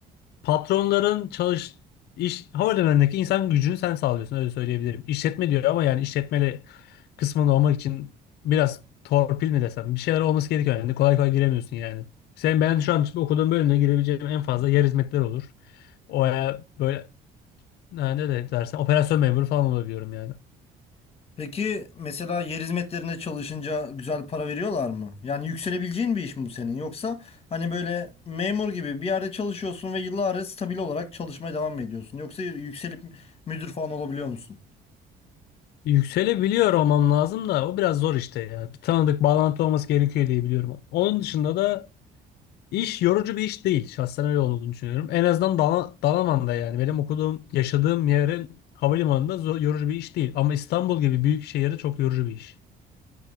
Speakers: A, on the left; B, on the left.
A: Patronların çalış iş havalimanındaki insan gücünü sen sağlıyorsun öyle söyleyebilirim. İşletme diyor ama yani işletmeli kısmında olmak için biraz torpil mi desem bir şeyler olması gerekiyor yani kolay kolay giremiyorsun yani. Sen ben şu an okuduğum bölümde girebileceğim en fazla yer hizmetleri olur. O e, böyle e, ne de dersen operasyon memuru falan olabiliyorum yani.
B: Peki mesela yer hizmetlerinde çalışınca güzel para veriyorlar mı? Yani yükselebileceğin bir iş mi bu senin? Yoksa hani böyle memur gibi bir yerde çalışıyorsun ve yıllarca stabil olarak çalışmaya devam mı ediyorsun? Yoksa yükselip müdür falan olabiliyor musun?
A: Yükselebiliyor olmam lazım da o biraz zor işte ya. Bir tanıdık bağlantı olması gerekiyor diye biliyorum. Onun dışında da İş yorucu bir iş değil. Şahsen öyle olduğunu düşünüyorum. En azından Dala- Dalaman'da yani. Benim okuduğum, yaşadığım yerin havalimanında zo- yorucu bir iş değil. Ama İstanbul gibi büyük şehirde çok yorucu bir iş.